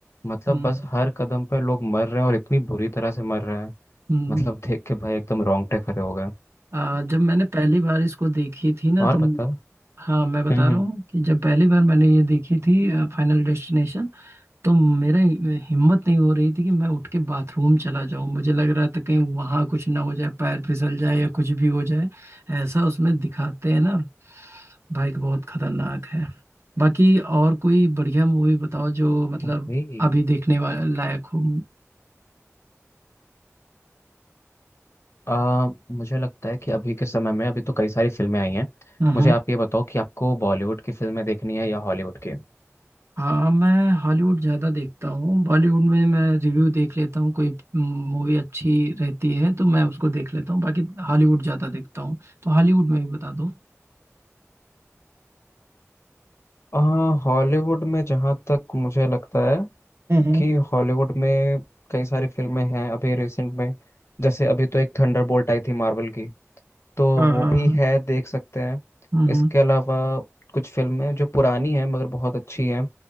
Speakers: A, on the left (about 60°); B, on the right (about 55°).
A: मतलब
B: हम्म
A: बस हर कदम पर लोग मर रहे हैं और इतनी बुरी तरह से मर रहे हैं
B: हम्म।
A: मतलब देख के भाई एकदम रोंगटे खड़े हो गए
B: आ, जब मैंने पहली बार इसको देखी थी ना
A: और
B: तुम
A: बता
B: हाँ मैं बता
A: हम्म
B: रहा
A: हम्म।
B: हूँ कि जब पहली बार मैंने ये देखी थी फाइनल डेस्टिनेशन तो मेरा हि- हिम्मत नहीं हो रही थी कि मैं उठ के बाथरूम चला जाऊं मुझे लग रहा था कहीं वहां कुछ ना हो जाए पैर फिसल जाए या कुछ भी हो जाए ऐसा उसमें दिखाते हैं ना बाइक बहुत खतरनाक है बाकी और कोई बढ़िया मूवी बताओ जो मतलब
A: भाई
B: अभी देखने वा- लायक हो
A: आ, मुझे लगता है कि अभी के समय में अभी तो कई सारी फिल्में आई हैं
B: हाँ
A: मुझे आप ये बताओ कि आपको बॉलीवुड की फिल्में देखनी है या हॉलीवुड की
B: हाँ मैं हॉलीवुड ज़्यादा देखता हूँ बॉलीवुड में मैं रिव्यू देख लेता हूँ कोई मूवी अच्छी रहती है तो मैं उसको देख लेता हूँ बाकी हॉलीवुड ज़्यादा देखता हूँ तो हॉलीवुड में भी बता दो
A: हाँ हॉलीवुड में जहाँ तक मुझे लगता है
B: हम्म हम्म
A: कि हॉलीवुड में कई सारी फिल्में हैं अभी रिसेंट में जैसे अभी तो एक थंडरबोल्ट आई थी मार्वल की तो
B: हाँ
A: वो
B: हाँ
A: भी
B: हाँ
A: है देख सकते हैं
B: हम्म
A: इसके अलावा कुछ फिल्में जो पुरानी हैं मगर बहुत अच्छी हैं